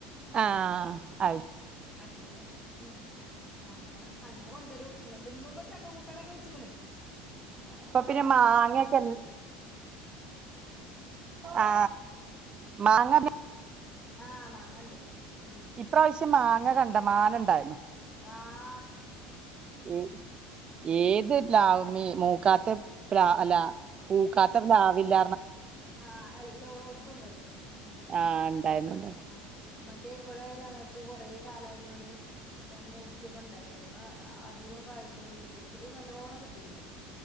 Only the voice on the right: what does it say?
ആ അയൽ
ഇപ്പൊ പിന്നെ മാങ്ങയൊക്കെ ഇൻ- ആ മാങ്ങ
ഇപ്രാവശ്യം മാങ്ങ കണ്ടമാനംണ്ടായിര്ന്നു
ഏ ഏത്
ലാവ്മീ മൂക്കാത്ത പ്ല അല്ല പൂക്കാത്ത പ്ലാവവില്ല
ആ ഉണ്ടായിരുന്നു ഉണ്ടായിരുന്നു.